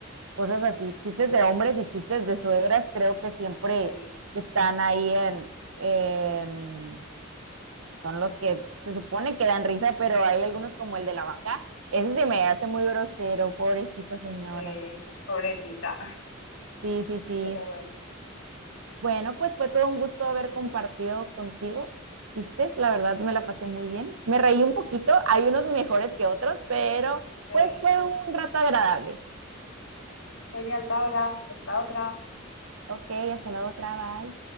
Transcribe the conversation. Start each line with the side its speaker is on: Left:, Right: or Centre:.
Right: cosas así, chistes de hombres y chistes de suegras, creo que siempre
Left: sí,
Right: están ahí en, en- son los que se supone que dan risa, pero hay algunos como el de la vaca, ese se me hace muy grosero, pobrecita señora.
Left: sí, pobrecita. <laughs>
Right: Sí, sí, sí.
Left: Pero bueno,
Right: Bueno, pues fue todo un gusto haber compartido contigo chistes, la verdad me la pasé muy bien. Me reí un poquito, hay unos mejores que otros, pero
Left: sí.
Right: pues fue un rato agradable.
Left: Genial, Paula, pues otra.
Right: Ok, hasta la otra, bye.